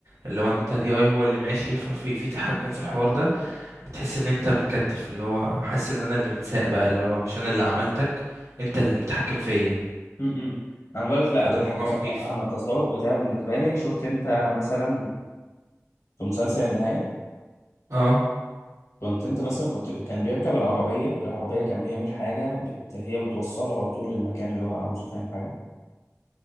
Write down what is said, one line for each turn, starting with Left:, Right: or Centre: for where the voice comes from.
Right: اللي هو انت الاي اي هو اللي ماشي ففي في تحكم في الحوار ده بتحس ان انت متكتف اللي هو حاسس ان انا اللي متساق بقى اللي هو مش انا اللي عملتك انت اللي متحكم فيا
Left: م- م. انا بقول لك لا
Right: فده
Left: انا
Right: موضوع
Left: التص-
Right: مخيف
Left: انا التصور بتاعي بالنسبه لي شفت انت مثلا في مسلسل النهاية
Right: اه
Left: كنت انت مثلا كنت ب- كان بيركب العربية العربية كان بيعمل حاجة بت... هي بتوصله على طول للمكان اللي هو عاوزه فاهم حاجة